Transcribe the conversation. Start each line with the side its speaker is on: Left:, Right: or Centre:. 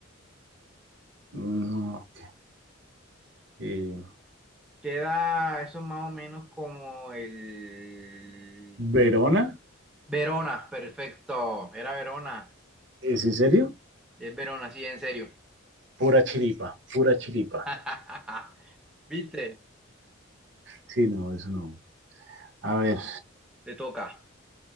Right: No, ok. Eh,
Centre: Queda eso más o menos como el...
Right: Verona,
Centre: Verona, perfecto. Era Verona.
Right: ¿es en serio?
Centre: Es Verón, así en serio.
Right: Pura chiripa, pura chiripa.
Centre: <laughs> ¿Viste?
Right: Sí, no, eso no. A ver,
Centre: Te toca.